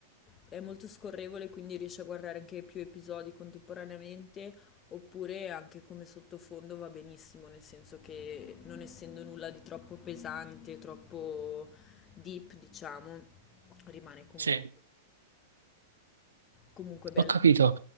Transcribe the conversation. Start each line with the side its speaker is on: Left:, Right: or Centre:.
Left: è molto scorrevole, quindi riesci a guardare anche più episodi contemporaneamente, oppure anche come sottofondo va benissimo, nel senso che non essendo nulla di troppo pesante, troppo deep, diciamo, rimane comunque,
Right: Sì,
Left: comunque bella
Right: ho capito.